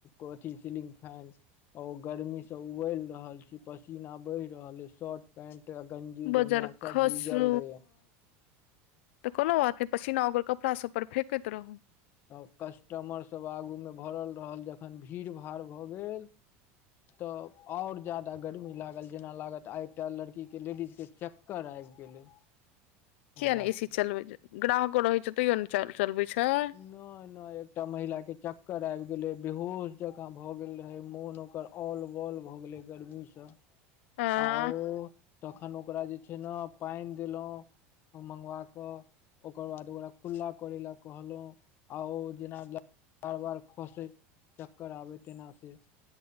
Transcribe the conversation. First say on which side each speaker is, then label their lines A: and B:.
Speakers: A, on the left; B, on the left.
A: कथी सीलिंग फैन आ ओ गर्मीसँ उबलि रहल छी पसीना बेह रहल अछि शर्ट पेंट गंजी
B: बजर
A: जंगिया सब
B: खसु
A: भीजल रहे ये।
B: तऽ कोनों बात नहि पसीना ओकर कपड़ा सब पर फेकैत रहू।
A: तऽ कस्टमरसभ आगूमे भरल रहल जखन भीड़ भाड़ भऽ गेल तऽ आओर जादा गर्मी लागल जेना लागत आइटा लड़कीके लेडीजके चक कर आबि गेलै।
B: किया
A: महिला
B: नहि ए
A: के
B: सी चलबै छैय ग्राहको रहैत छै तैयो नहि चलबै छैय।
A: नहि नहि एकटा महिला के चक्कर आबि गेले बेहोश जकाँ भऽ गेल रहे मोन ओकर औल बॉल भऽ गेले गर्मीसँ।
B: हँ।
A: आ ओ तखन ओकरा जे छैय ने पानि देलहुँ। मंगवा क ओकर बाद ओकरा कुल्ला करेलक कहलहुँ आउ जेना बार बार खसे चक्कर आबय तेना से